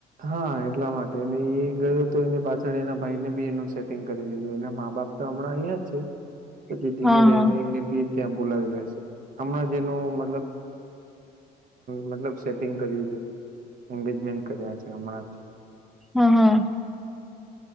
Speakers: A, on the right; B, in the centre.
A: હા એટલા માટે એ એ ગયો હતો. એની પાછળ એના ભાઈને બી એનું સેટિંગ કરી દીધું. એના મા બાપ તો હમણાં અહીંયા જ છે.
B: <inaudible>
A: પછી ધીમે
B: હા
A: રહીને
B: હા
A: એ બી ત્યાં બોલાવી લેશે. આમાં જેનું મતલબ મતલબ સેટિંગ કર્યું છે. એંગેજમેન્ટ કર્યા છે. હમણાં જ.
B: હા હા